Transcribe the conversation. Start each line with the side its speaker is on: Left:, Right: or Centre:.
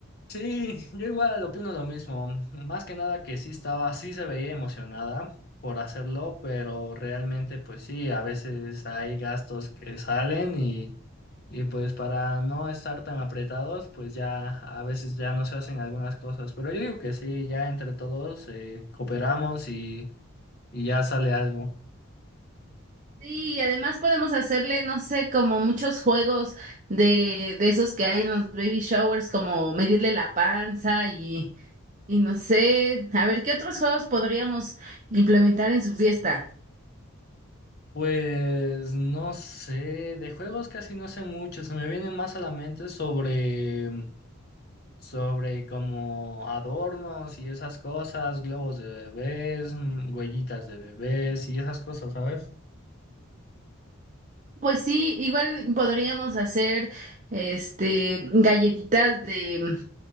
Left: Sí, yo igual opino lo mismo. Más que nada que sí estaba, sí se veía emocionada por hacerlo, pero realmente pues sí, a veces hay gastos que salen y, y pues para no estar tan apretados, pues ya a veces ya no se hacen algunas cosas. Pero yo digo que sí, ya entre todos eh, cooperamos y ya sale algo.
Right: Sí, y además podemos hacerle, no sé, como muchos juegos de, de esos que hay en los baby showers, como medirle la panza y, y no sé, a ver qué otros juegos podríamos implementar en su fiesta.
Left: Pues no sé, de juegos casi no sé mucho, se me vienen más a la mente sobre, mm, sobre como adornos y esas cosas, globos de bebés, mm, huellitas de bebés y esas cosas, ¿sabes?
Right: Pues sí, igual podríamos hacer este galletitas de